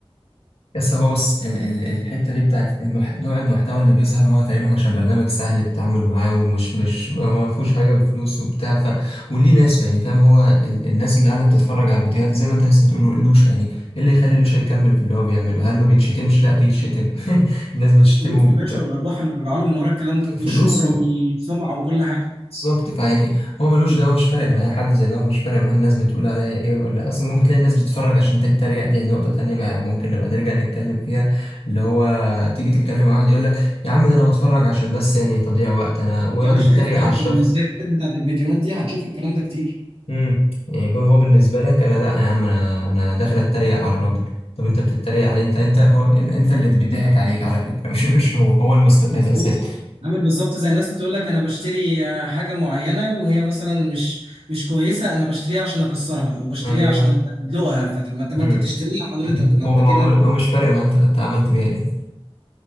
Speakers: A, on the left (about 80°); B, on the right (about 80°).
A: بس هو بص ال ال الحتة دي بتاعت المح... نوع المحتوى اللي بيظهر هو تقريبا عشان برنامج سهل التعامل معاه ومش مش هو ما فيهوش حاجة بفلوس وبتاع ف وليه ناس يعني فاهم هو ال الناس اللي قاعدة بتتفرج على الفيديوهات دي زي ما انت لسه بتقول لوشا يعني ايه اللي يخلي لوشا يكمل في اللي هو بيعمله هل ما بيتشتمش لا بيتشتم <laughs> الناس بتشتمه
B: الفلوس
A: وبت...
B: يا باشا والارباح اللي راجعه له من ورا الكلام ده
A: فلوس
B: والشهره والسمعه وكل حاجه
A: بالظبط فيعني هو ملوش دعوه مش فارق معاه حد زي ده هو مش فارق معاه الناس بتقول عليا ايه ولا اصلا ممكن تلاقي الناس بتتفرج عشان تتريق دي نقطه تانية ما ممكن نبقى نرجع نتكلم فيها اللي هو تيجي تتكلم مع واحد يقول لك يا عم ده انا بتفرج عشان بس يعني تضييع وقت انا ويقعد
B: يا باشا
A: يتريق
B: افتح
A: على
B: الكومنتات
A: الشخص
B: بتاعت الفيديوهات دي هتشوف الكلام ده كتير
A: امم يعني فاهم هو بالنسبه لك انا لا يا عم انا انا داخل اتريق على الراجل طب انت بتتريق عليه انت انت هو ان- انت اللي بيضحك عليك على فكره <laughs> مش مش هو هو المستفاد
B: مظبوط
A: اساسا
B: عامل بالظبط زي الناس اللي تقول لك انا بشتري آه، حاجه معينه وهي مثلا مش مش كويسه انا بشتريها عشان اكسرها او بشتريها
A: ايوه
B: عشان ادلقها فطب ما انت ما
A: امم
B: انت بتشتريها حضرتك
A: <laughs>
B: ما
A: هو
B: انت
A: ما
B: كده
A: هو هو مش فارق معاه انت حتى عملت بيها ايه